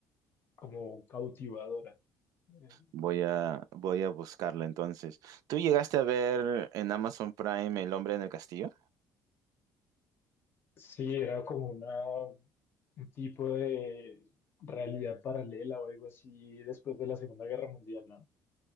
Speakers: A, on the left; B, on the right.
A: como cautivadora. Eh,
B: Voy a, voy a buscarla entonces. ¿Tú llegaste a ver en Amazon Prime El hombre en el castillo?
A: Sí, era como una, un tipo de realidad paralela o algo así después de la Segunda Guerra Mundial, ¿no?